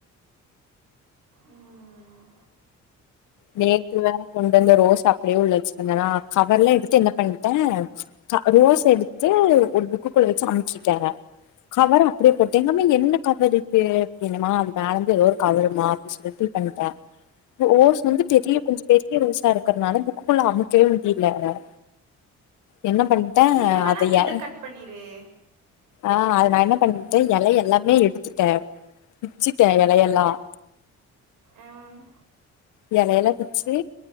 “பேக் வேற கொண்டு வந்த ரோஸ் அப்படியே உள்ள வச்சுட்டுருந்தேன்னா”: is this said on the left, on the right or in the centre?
Left